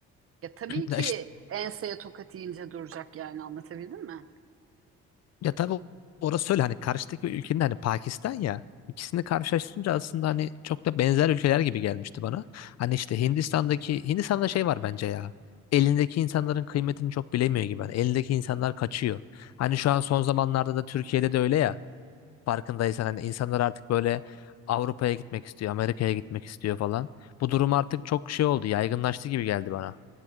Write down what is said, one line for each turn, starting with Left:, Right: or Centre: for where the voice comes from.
Right: Ya tabii
Left: <clears throat>
Right: ki
Left: Ya, işte,
Right: enseye tokat yiyince duracak yani anlatabildim mi?
Left: ya tabii orası öyle hani karşıdaki ülkenin hani Pakistan ya ikisini karşılaştırınca aslında hani çok da benzer ülkeler gibi gelmişti bana. Hani işte Hindistan'daki Hindistan'da şey var bence ya. Elindeki insanların kıymetini çok bilemiyor gibi. Hani elindeki insanlar kaçıyor. Hani şu an son zamanlarda da Türkiye'de de öyle ya. Farkındaysan hani insanlar artık böyle Avrupa'ya gitmek istiyor, Amerika'ya gitmek istiyor falan. Bu durum artık çok şey oldu, yaygınlaştı gibi geldi bana.